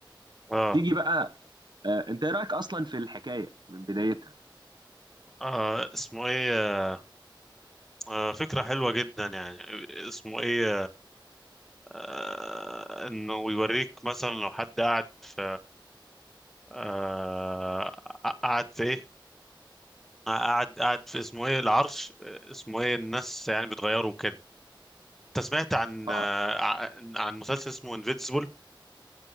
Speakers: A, in the centre; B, on the right (about 60°).
A: اه
B: تيجي بقى آه انت ايه رايك اصلا في الحكايه من بدايتها
A: آه، اسمه ايه آه، فكرة حلوة جدا يعني اسمه ايه آه، انه يوريك مثلا لو حد قاعد في آه، قاعد في ايه قاعد قاعد في اسمه ايه العرش آه، اسمه ايه الناس يعني بتغيروا كده انت سمعت عن
B: اه
A: آه، عن عن مسلسل اسمه انفينسيبل